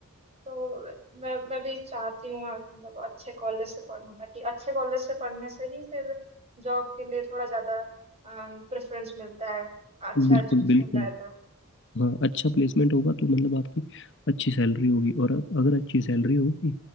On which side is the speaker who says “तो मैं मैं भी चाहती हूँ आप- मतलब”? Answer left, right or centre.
Right